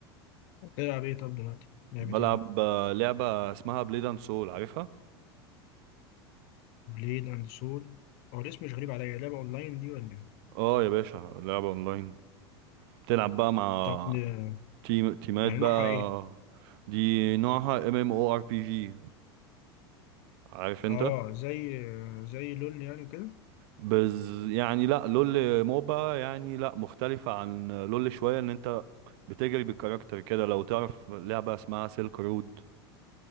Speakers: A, on the left (about 55°); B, on the right (about 65°).
A: تلعب ايه طب دلوقتي؟ لعبه
B: بلعب
A: ايه دي؟
B: آه، لعبه اسمها بليد اند سول عارفها
A: بليد اند سول هو الاسم مش غريب عليا لعبه اونلاين دي ولا ايه؟
B: اه يا باشا لعبه اونلاين بتلعب بقى مع
A: طب آه،
B: تيم تيمات
A: يعني
B: بقى
A: نوعها ايه؟
B: دي نوعها ام ام او ار بي جي عارف انت
A: اه زي آه، زي لول يعني وكده؟
B: بز يعني لا لول موبا يعني لا مختلفة عن لول شوية ان انت بتجري بالكاركتر كده لو تعرف لعبة اسمها سيلك رود